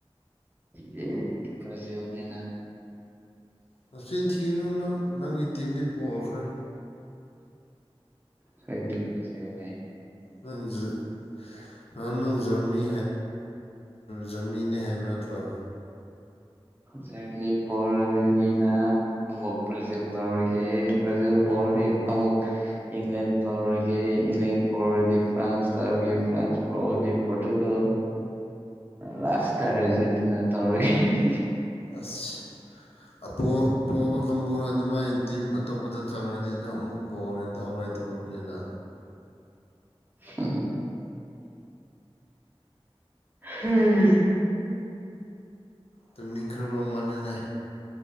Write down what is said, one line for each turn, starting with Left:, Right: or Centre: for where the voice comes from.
Right: ꯌꯦ ꯕ꯭ꯔꯥꯖꯤꯜꯅꯦꯅ
Left: ꯅꯆꯤꯟ ꯊꯤꯌꯨꯅꯨ ꯅꯪ ꯅꯪꯒꯤ ꯇꯤꯝꯗꯤ ꯄꯈ꯭ꯔꯦ
Right: ꯁꯣꯏꯗꯤꯕ꯭ꯔꯖꯤꯦꯜ ꯃ
Left: ꯅꯪꯖ ꯅꯍꯥꯟ ꯅꯪ ꯖꯔꯅꯤ ꯖꯔꯅꯤꯅꯦ ꯍꯥꯏꯕ ꯅꯠꯇ꯭ꯔꯣ
Right: ꯖꯔꯃꯅꯤ ꯄꯣꯔ ꯖꯔꯅꯤꯅ ꯑꯃꯨꯛ ꯕ꯭ꯔꯥꯖꯤꯜ ꯇꯧꯔꯒꯦ ꯕ꯭ꯔꯥꯖꯤꯜ ꯄꯣꯔ ꯗꯤ ꯑꯃꯨꯛ ꯏꯪꯂꯦꯟ ꯇꯧꯔꯒꯦ ꯏꯪꯂꯦꯟ ꯄꯔꯔꯗꯤ ꯐ꯭ꯔꯥꯟꯁ ꯇꯧꯔꯒꯦ ꯐ꯭ꯔꯥꯟꯁ ꯄꯕꯂꯤ ꯄꯣꯔꯇꯨꯒꯜ ꯂꯥꯁꯇ ꯑꯔꯖꯦꯟꯇꯤꯅꯥ ꯇꯧꯔꯒꯦ
Left: ꯑꯁ ꯄꯣꯕ ꯀꯥꯡꯕꯨꯅ ꯑꯗꯨꯃꯥꯏꯅ ꯇꯤꯝ ꯑꯇꯣꯞꯄꯗ ꯆꯪꯉꯗꯤ ꯑꯗꯨꯣ ꯑꯃꯨꯛ ꯄꯣꯛꯑꯅꯤ ꯗꯥꯎ ꯂꯩꯇ꯭ꯔꯕꯅꯤꯅ
Right: ꯎꯝ ꯍꯝ
Left: ꯇꯝꯅꯤꯡꯈ꯭ꯔꯕ ꯃꯥꯅꯦ